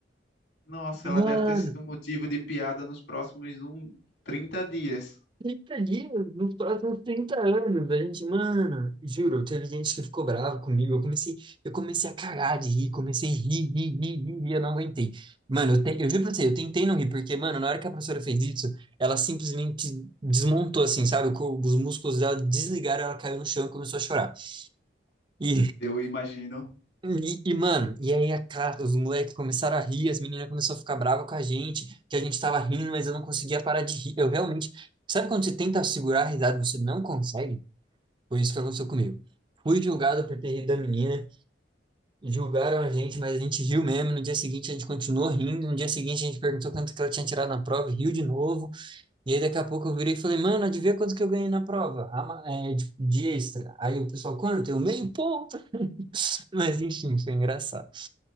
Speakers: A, on the left (about 75°); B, on the right (about 25°).
A: Nossa, ela
B: Mano,
A: deve ter sido motivo de piada nos próximos um, 30 dias.
B: 30 dias nos próximos 30 anos. A gente, mano, juro, teve gente que ficou brava comigo. Eu comecei, eu comecei a cagar de rir, comecei a rir, rir, rir, rir, rir, eu não aguentei. Mano, eu, te, eu juro pra você, eu tentei não rir, porque, mano, na hora que a professora fez isso, ela simplesmente desmontou, assim, sabe? Co- Os músculos dela desligaram, ela caiu no chão e começou a chorar. E
A: Eu imagino.
B: e, e, mano, e aí a cara, os moleques começaram a rir, as meninas começaram a ficar bravas com a gente, que a gente tava rindo, mas eu não conseguia parar de rir. Eu realmente. Sabe quando você tenta segurar a risada e você não consegue? Foi isso que aconteceu comigo. Fui julgado por ter rido da menina, julgaram a gente, mas a gente riu mesmo. No dia seguinte a gente continuou rindo, no dia seguinte a gente perguntou quanto que ela tinha tirado na prova, e riu de novo. E aí daqui a pouco eu virei e falei, mano, adivinha quanto que eu ganhei na prova? Ah, ma- é, de, de extra. Aí o pessoal, quanto? Eu meio ponto. <laughs> Mas enfim, foi engraçado.